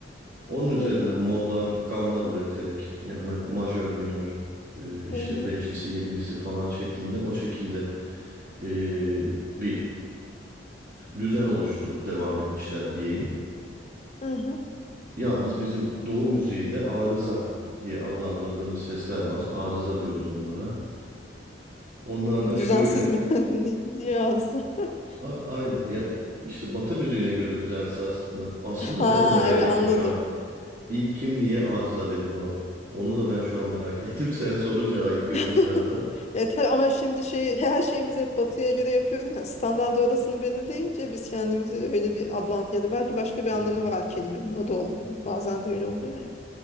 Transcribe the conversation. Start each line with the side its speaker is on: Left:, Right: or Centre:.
Right: Onun üzerinden
Left: hı hı
Right: modlar, gamlar üreterek yani ma- majör, minör, e, işte
Left: hı hı.
Right: beşlisi, yedilisi falan şeklinde o şekilde e, bir düzen oluşturup devam etmişler diyeyim.
Left: hı hı.
Right: Yalnız bizim Doğu müziğinde arıza diye adlandırdığımız sesler var. Arıza diyoruz onlara. Onlar da şöyle
Left: Düzensiz mi? <laughs> Ni- Niye arıza? <laughs>
Right: a- aynen ya işte Batı müziğine göre düzensiz aslında. Aslında
Left: Ha
Right: ben de merak
Left: evet
Right: ettim
Left: anladım.
Right: şu an. İlk kim niye arıza dedi buna? Onu da ben şu an merak <laughs> ettim. Sen sorunca ayıkıyorum
Left: <laughs>
Right: biraz da.
Left: E, tabii ama şimdi şey her şeyimizi hep batıya göre yapıyoruz. Yani standart orasını belirleyince biz kendimizi öyle bir adlan ya da belki başka bir
Right: Aynen.
Left: anlamı var kelimenin. O da olabilir. Bazen de öyle oluyor ya.